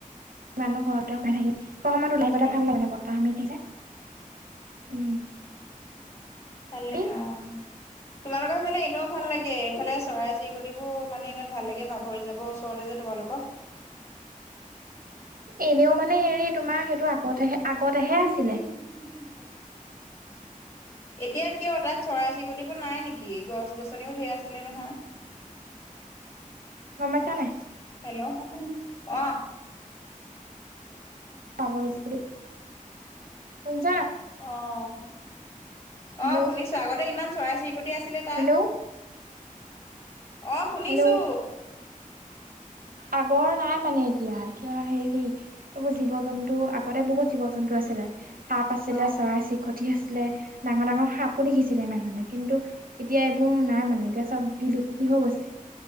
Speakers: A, on the right; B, on the left.
A: ইমান নো ঘৰতে সোমাই থাকিম এই সময়ত
B: তাকে
A: উলাই আহিব ভাল লাগে বতাহ মাৰি থাকে। উম
B: ভাল
A: তুমি
B: লাগে অ। তোমালোকৰ সেইফালে এনেও ভাল লাগে এইফালে চৰাই চিৰিকটিবোৰ মানে ইমান ভাল লাগে পাভ ৰিজাৰ্ভ ওচৰতে যে তোমালোক
A: এনেও মানে হেৰি তোমাৰ সেইটো আগতে আগতেহে
B: হেল্ল'
A: আছিলে।
B: <unintelligible> এতিয়া কিয় তাত চৰাই চিৰিটবোৰ নাই নেকি গছ গছনিও ঢেৰ আছিলে নহয়। <inaudible>
A: গম পাইছা নাই?
B: হেল্ল' অ
A: পাভ ৰিজাৰ্ভ বোলো শুন-
B: অ'!
A: হেল্ল'
B: অ'! শুনিছোঁ। আগতে, ইমান চৰাই চিৰিকটি আছিলে তাত।
A: হেল্ল'
B: অ শুনিছোঁ।
A: হেল্ল'। আগৰ নাই মানে এতিয়া এতিয়া হেৰি এইবোৰ জীৱ জন্তু আগতে বহুত জীৱ জন্তু আছ- ছিলে, সাপ আছিলে
B: অ
A: চৰাই-চিৰিকটি আছিলে, ডাঙৰ ডাঙৰ সাপ পো দেখিছিলে মানুহে কিন্তু এতিয়া এইবোৰ নাই মানে এতিয়া চব বিলুপ্তি হৈ গৈছে।